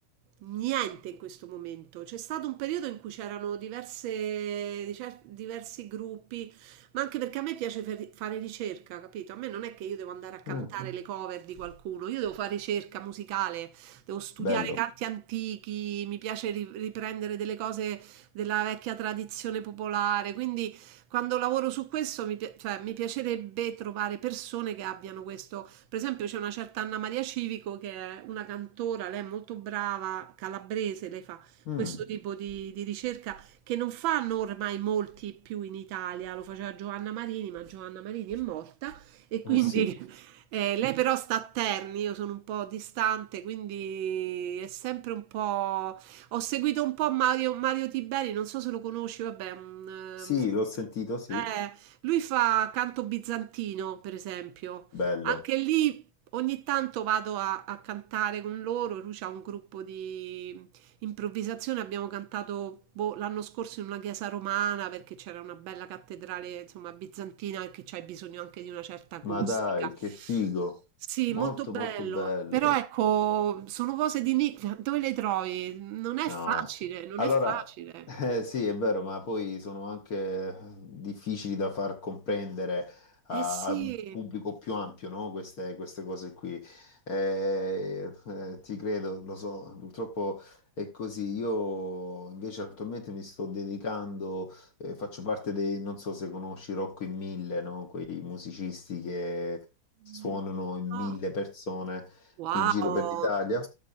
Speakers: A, on the right; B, on the left.
A: niente in questo momento. C'è stato un periodo in cui c'erano diverse, dicer- diversi gruppi, ma anche perché a me piace fer- fare ricerca, capito? A me non è che io devo andare a cantare
B: mm,
A: le cover di qualcuno, io devo fare ricerca musicale, devo studiare
B: bello.
A: canti antichi, mi piace ri- riprendere delle cose della vecchia tradizione popolare, quindi quando lavoro su questo mi, pi- cioè, mi piacerebbe trovare persone che abbiano questo. Per esempio, c'è una certa Anna Maria Civico che è una cantora, lei è molto brava, calabrese, lei fa
B: Mm,
A: questo tipo di, di ricerca che non fanno ormai molti più in Italia, lo faceva Giovanna Marini, ma Giovanna Marini è morta e quindi.
B: eh sì.
A: <laughs> Eh, lei però sta a Terni, io sono un po' distante, quindi è sempre un po' Ho seguito un po' Mario, Mario Tiberi, non so se lo conosci, vabbè, un,
B: Sì, l'ho sentito, sì.
A: eh, lui fa canto bizantino, per esempio.
B: Bello.
A: Anche lì ogni tanto vado a, a cantare con loro, lui c'ha un gruppo di improvvisazione abbiamo cantato boh, l'anno scorso in una chiesa romana perché c'era una bella cattedrale, insomma, bizantina e che c'hai bisogno anche di una certa acustica.
B: Ma dai, che figo.
A: Sì,
B: Molto,
A: molto bello.
B: molto bello.
A: Però ecco, sono cose di nicchia, dove le trovi? Non è
B: No,
A: facile, non
B: allora
A: è facile.
B: eh, sì, è vero, ma poi sono anche difficili da far comprendere a,
A: Eh sì.
B: a un pubblico più ampio, no? Queste, queste cose qui. Eh, eh, ti credo, lo so, purtroppo è così. Io invece attualmente mi sto dedicando, eh, faccio parte dei, non so se conosci Rocco in Mille, no? Quei musicisti che
A: Mm,
B: suonano in
A: No.
B: mille persone
A: Wow,
B: in giro per l'Italia.